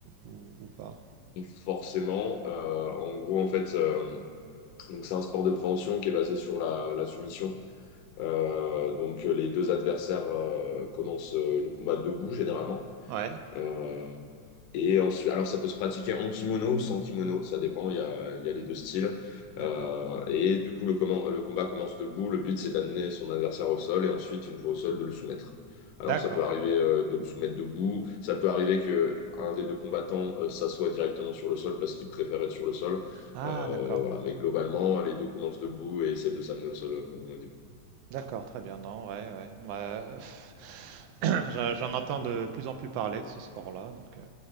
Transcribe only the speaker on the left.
forcément, euh, en gros, en fait, euh, donc c'est un sport de préhension qui est basé sur la, la soumission. Euh, donc euh, les deux adversaires euh, commencent euh, le combat debout généralement.
Euh, Et ensuite, alors ça peut se pratiquer en kimono ou sans kimono, ça dépend, il y a, il y a les deux styles.
Euh, et du coup, le, commen- le combat commence debout, le but c'est d'amener son adversaire au sol et ensuite, une fois au sol, de le soumettre. Alors
ça peut arriver euh, de le soumettre debout, ça peut arriver que un des deux combattants euh, s'assoie directement sur le sol parce qu'il préfère être sur le sol.
Euh,
voilà. Mais globalement, les deux commencent debout et essaient de s'amener au sol, euh, comme on a dit.